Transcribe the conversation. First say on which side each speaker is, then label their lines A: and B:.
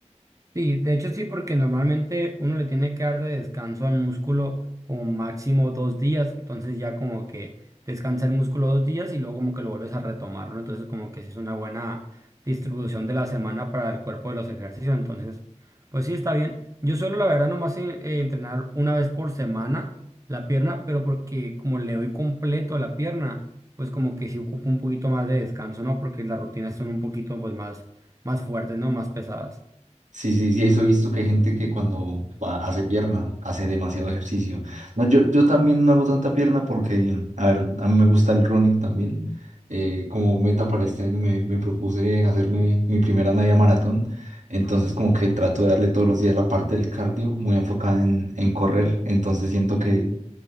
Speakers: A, on the right (about 25°); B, on the right (about 80°).
A: Sí, de hecho sí, porque normalmente uno le tiene que dar de descanso al músculo como máximo dos días, entonces ya como que descansa el músculo dos días y luego como que lo vuelves a retomar, ¿no? Entonces como que sí es una buena distribución de la semana para el cuerpo de los ejercicios, entonces pues sí está bien. Yo suelo la verdad nomás eh, eh, entrenar una vez por semana la pierna, pero porque como le doy completo a la pierna, pues como que sí ocupo un poquito más de descanso, ¿no? Porque las rutinas son un poquito pues más, más fuertes, ¿no? Más pesadas.
B: Sí, sí, sí, eso he visto que hay gente que cuando va- hace pierna, hace demasiado ejercicio. No, yo, yo también no hago tanta pierna porque, a ver, a mí me gusta el running también. Eh, como meta para este año me, me propuse hacerme mi primera media maratón. Entonces como que trato de darle todos los días la parte del cardio muy enfocada en, en correr. Entonces siento que,